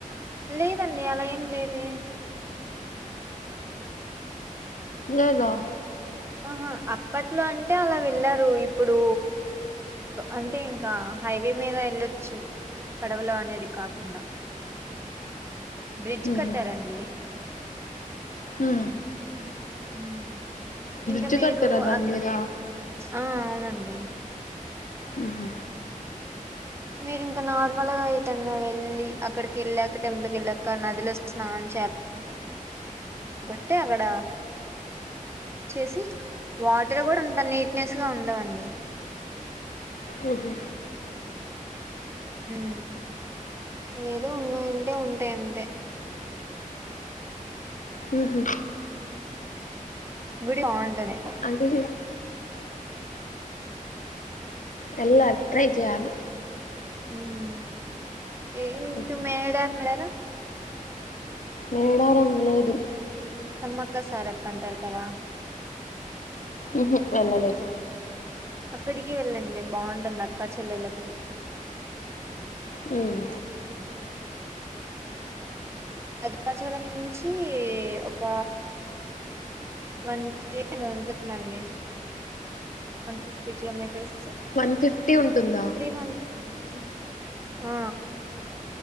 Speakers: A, on the right; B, on the left.
A: లేదండి అలా ఏం లేదే
B: లేదా
A: ఆహ అప్పట్లో అంటే అలా వెళ్ళారు ఇప్పుడు అంటే ఇంకా హైవే మీద వెళ్ళొచ్చు పడవలు అనేది కాకుండా బ్రిడ్జ్
B: ఉహు
A: కట్టారా అండి
B: ఉ
A: ఉమ్
B: బ్రిడ్జ్
A: ఇంకా మీరు
B: కట్టారా దాని
A: అ
B: మీద
A: ఆ అవునండి
B: ఊహూ
A: మీరు ఇంకా నార్మల్గా ఎటన్నా వెళ్ళి అక్కడికి వెళ్ళాక టెంపుల్కి వెళ్ళాక నదిలో స్నానం చేయాలకుంటే అక్కడ చేసి వాటర్ కూడా అంత నీట్నెస్ గా ఉండవండి
B: ఊహూ
A: హ్మ్ ఏదో ఉన్నాయంటే ఉంటాయి అంతే
B: ఉహు
A: గుడి బావుంటది
B: అంటే వెళ్ళాలి ట్రై చేయాలి
A: హ్మ్ ఏవి
B: ఉహు.
A: తూ మేడారం వెళ్ళారా
B: మేడారం లేదు
A: సమ్మక్క సారక్క అంటారు కదా
B: ఊహూ వెళ్ళలేదు
A: అక్కడికి వెళ్ళండి బాగుంటుంది అక్కా చెల్లెళ్ళ గొలుసు
B: హ్మ్
A: అది భద్రాచలం నుంచి ఒక వన్ ఫిఫ్టీ ఎం తోఉంటుందండి one fifty kilometres
B: one fifty ఉంటుందా
A: త్రీ హండ్రెడ్ ఆ